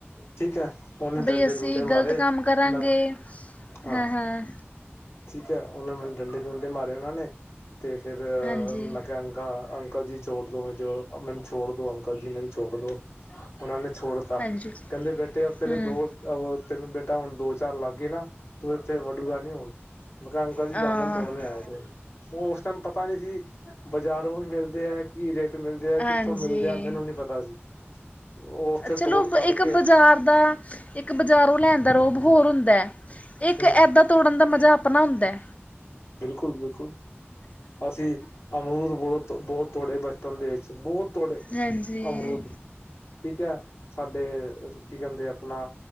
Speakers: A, on the left; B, on the left.
A: ਠੀਕ ਹੈ ਉਹਨੇ ਡੰਡੇ
B: ਬਈ ਅਸੀਂ
A: ਡੁੰਡੇ
B: ਗਲਤ
A: ਮਾਰੇ
B: ਕੰਮ ਕਰਾਂਗੇ।
A: ਮੈਂ
B: ਹੈਂ,
A: ਹਾਂ
B: ਹੈਂ
A: ਠੀਕ ਹੈ, ਉਹਨੇ ਮੈਨੂੰ ਡੰਡੇ-ਡਡੇ ਮਾਰੇ ਉਹਨਾਂ ਨੇ ਤੇ ਫੇਰ
B: ਹਾਂਜੀ,
A: ਮੈਂ ਕਿਹਣ ਗਾ। ਅੰਕਲ ਜੀ ਛੋੜ ਦੋ ਮੁਜੇ, ਮੈਨੂੰ ਛੋੜ ਦੋ ਅੰਕਲ ਜੀ, ਮੈਨੂੰ ਛੋੜ ਦੋ। ਉਹਨਾਂ ਨੇ ਛੋੜਤਾ,
B: ਹਾਂਜੀ,
A: ਕਹਿੰਦੇ ਬੇਟੇ ਆ ਤੇਰੇ
B: ਹੂੰ,
A: ਦੋ ਤੈਨੂੰ ਬੇਟਾ ਹੁਣ ਦੋ -ਚਾਰ ਲੱਗ ਗਏ ਨਾ, ਤੂੰ ਇੱਥੇ ਵਡੂਗਾ ਨੀ ਹੁਣ। ਮੈ ਕਿਹਾ ਅੰਕਲ ਜੀ
B: ਅ
A: ਜਾਮਣ ਤੋੜਨ ਆਏ ਸੀ, ਉਸ ਟਾਈਮ ਪਤਾ ਨੀ ਸੀ ਬਾਜ਼ਾਰੋਂ ਵੀ ਮਿਲਦੇ ਹੈ। ਕੀ ਰੇਟ ਮਿਲਦੇ ਆ,
B: ਹਾਂਜੀ।
A: ਕਿੱਥੋਂ ਮਿਲਦੇ ਆ, ਮੈਨੂੰ ਨੀ ਪਤਾ ਸੀ। ਉਹ ਉੱਥੇ
B: ਚਲੋ,
A: ਤੋੜ ਤਾੜ
B: ਇੱਕ
A: ਕੇ
B: ਬਜ਼ਾਰ ਦਾ ਇੱਕ ਬਜ਼ਾਰੋਂ ਲੈਣ ਦਾ ਰੋਬ ਹੋਰ ਹੁੰਦਾ, ਇੱਕ
A: ਹੂੰ
B: ਐੱਦਾਂ ਤੋੜਨ ਦਾ ਮਜ਼ਾ ਆਪਣਾ ਹੁੰਦਾ।
A: ਬਿਲਕੁਲ- ਬਿਲਕੁਲ ਅਸੀਂ ਅਮਰੂਦ ਬਹੁਤ, ਬਹੁਤ ਤੋੜੇ ਬਚਪਨ ਦੇ ਵਿੱਚ ਬਹੁਤ ਤੋੜੇ
B: ਹਾਂਜੀ,
A: ਅਮਰੂਦ। ਠੀਕ ਹੈ, ਸਾਡੇ ਕੀ ਕਹਿੰਦੇ ਆਪਣਾ